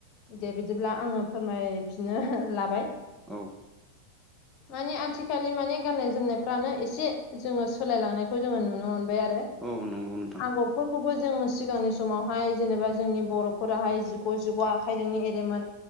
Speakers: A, on the left (about 40°); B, in the centre.
A: दे बिदिब्ला आङो फोरमायफिननो लाबाय
B: औ
A: माने आथिखालनि माने गान्नाय जोमनायफ्रानो एसे जोङो सोलायलांनायखौ जोङो नुनो मोनबाय आरो
B: औ नंगौ नोंथां
A: आगरफोरखौबो जों सिगांनि समावहाय जेनेबा जोंनि बर'फोराहाय जिग' जिग' आखाइजोंनो एरोमोन